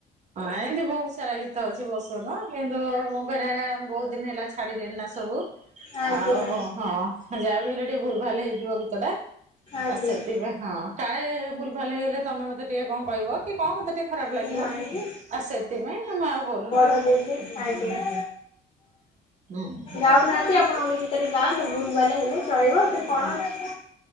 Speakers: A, on the right; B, on the left.
A: ଏଇତି ବହୁତ ସାରା ଗୀତ ଅଛି ପସନ୍ଦ କିନ୍ତୁ ମୁଁ କରିଆ ଆମେ ବହୁତ ଦିନ ହେଲା ଛାଡିଲେଣି ନା ସବୁ
B: ଆଜ୍ଞା
A: ଆଉ ହଁ ଯାହା ବିି ହେଲେ ଟିକେ ଭୁଲ୍ ଭାଲ୍ ହେଇଯିବ ଗୀତ ଟା
B: ଆଜ୍ଞା।
A: ଆଉ ସେଥିପାଇଁ ହଁ କାଳେ ଭୁଲ୍ ଭାଲ୍ ହେଇଗଲେ ତମେ ମତେ ଟିକେ କଣ କହିବ କି କଣ ମତେ ଟି ଖରାପ ଲାଗିବ,
B: ନାଇଁ
A: ଉ ସେଥିପାଇଁ ମୁଁ ଆଉ ବୋଲୁନି।
B: ଦିଦି ଆଜ୍ଞା।
A: ହୁଁ, ହୁଁ।
B: ଗାଉନାହାନ୍ତି ଆପଣ ଗୋଟେ ଗୀତରେ ଗାଆନ୍ତୁ। ଭୁଲ୍ ଭାଲ୍ ହେଲେ ଚଳିବ ଏଥିରେ କଣ ଅଛି।